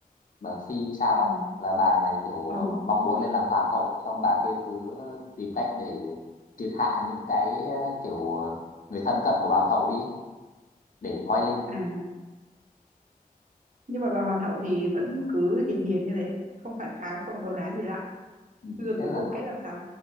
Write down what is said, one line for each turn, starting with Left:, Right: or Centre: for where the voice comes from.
Left: bà phi sao
Right: ờ
Left: á là bà này kiểu
Right: ờ
Left: ờ, mong muốn lên làm hoàng hậu xong bà kia cứ tìm cách để triệt hạ những cái ờ, kiểu ờ, người thân cận của bà hoàng hậu đi để ngoi lên
Right: à nhưng mà bà hoàng hậu thì vẫn cứ hiền hiền như thế không phản kháng không đấu đá gì lại
Left: Ừ,
Right: rồi cuối
Left: thế là
Right: cùng kết làm sao